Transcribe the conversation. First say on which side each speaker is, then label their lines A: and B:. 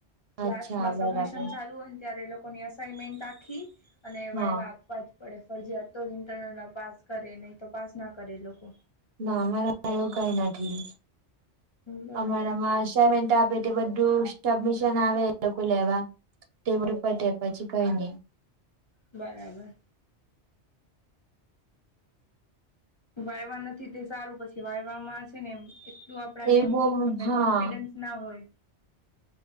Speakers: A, on the right; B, on the left.
A: અચ્છા
B: લાસ્ટમાં સબમિશન
A: બરાબર
B: ચાલુ હોય ને ત્યારે એ લોકોની અસાઈનમેન્ટ આખી અને
A: હા
B: વાયવા <unintelligible> પડે ફરજીયાત, તો જ ઇન્ટરનલમાં પાસ કરે, નહીં તો પાસ ના કરે એ લોકો.
A: ના અમારા એવું કઈ નથી.
B: બરાબર
A: અમારા માં અસાઈમેન્ટ આપે તે બધું સબમિશન આવે એ લોકો લેવા, તે બધું પતે પછી કંઈ નહીં.
B: બરાબર. વાઈવા નથી તે સારું, પછી વાઈવામાં છે ને એમ એટલું આપડાને
A: એ
B: એમ
A: બો
B: આપણે
A: હા
B: કોન્ફિડન્સ ના હોય.